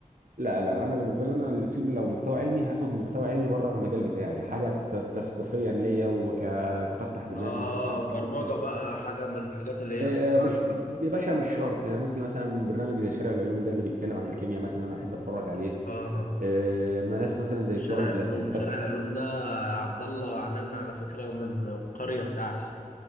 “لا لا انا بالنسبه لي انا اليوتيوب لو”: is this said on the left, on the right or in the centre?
Right